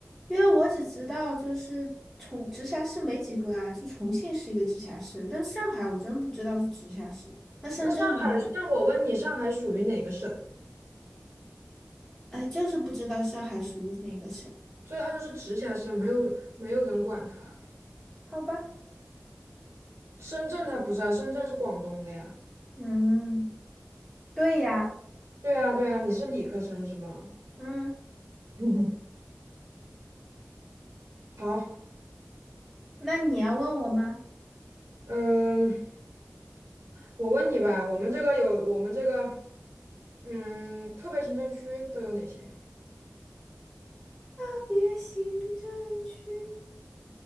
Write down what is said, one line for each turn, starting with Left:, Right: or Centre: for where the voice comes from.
Centre: 因为我只知道就是重直辖市没几个啊，就重庆是一个直辖市，但是上海我真不知道是直辖市。那深圳呢？
Right: 那上海，那我问你，上海属于哪个省？
Centre: 哎，就是不知道上海属于哪个省。
Right: 所以它就是直辖市啊，没有没有人管它。
Centre: 好吧，
Right: 深圳它不是啊，深圳是广东的呀。
Centre: 嗯，对呀，
Right: 对啊对啊，你是理科生是吗？
Centre: 嗯，
Right: <laughs> 好，
Centre: 那你要问我吗？
Right: 嗯。我问你吧，我们这个有我们这个，嗯，特别行政区都有哪些？
Centre: 特别行政区，